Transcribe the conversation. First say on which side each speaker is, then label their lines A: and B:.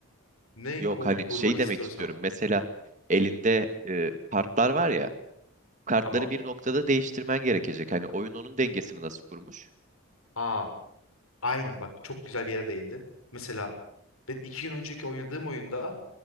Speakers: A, on the left; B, on the right.
A: Ne
B: Yok
A: kom-
B: hani
A: kurmak
B: şey demek
A: istiyorsam.
B: istiyorum. Mesela elinde e, kartlar var ya. Kartları
A: Tamam.
B: bir noktada değiştirmen gerekecek. Hani oyun onun dengesini nasıl kurmuş?
A: Aa, aynen bak çok güzel bir yere değindin. Mesela ben iki gün önceki oynadığım oyunda